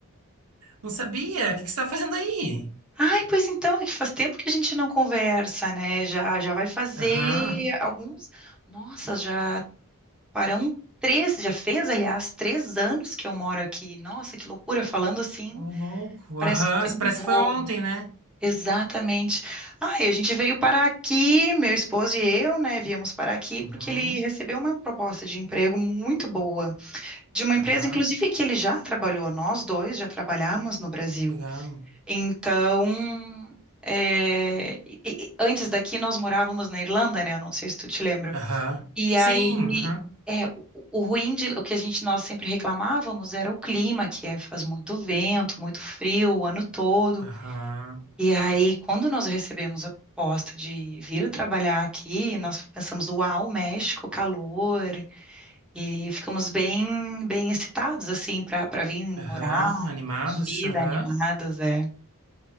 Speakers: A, on the right; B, in the centre.
A: Não sabia! O que que você tá fazendo aí?
B: Ai, pois então, é que faz tempo que a gente não conversa, né? Já, já vai fazer
A: Aham,
B: alguns. Nossa, já farão três, já fez, aliás, três anos que eu moro aqui. Nossa, que loucura! Falando assim,
A: Ô, louco!
B: parece
A: Aham,
B: que o tempo
A: parece
B: voa.
A: que foi ontem, né?
B: Exatamente. Ah, e a gente veio para aqui, meu esposo e eu, né, viemos para aqui
A: Uhum,
B: porque ele recebeu uma proposta de emprego muito boa, de uma empresa,
A: aham,
B: inclusive, que ele já trabalhou, nós dois já trabalhamos no Brasil.
A: legal.
B: Então, é, e- e- antes daqui nós morávamos na Irlanda, né, eu não sei se tu te lembra.
A: Aham,
B: E
A: sim,
B: aí,
A: aham,
B: é, o, o ruim de, o que a gente, nós sempre reclamávamos era o clima, que é, faz muito vento, muito frio o ano todo.
A: aham,
B: E aí, quando nós recebemos a proposta de vir trabalhar aqui, nós pensamos, uau, México, calor, e ficamos bem, bem excitados, assim, para para vir
A: aham,
B: morar,
A: animados,
B: vida,
A: aham.
B: animados, é.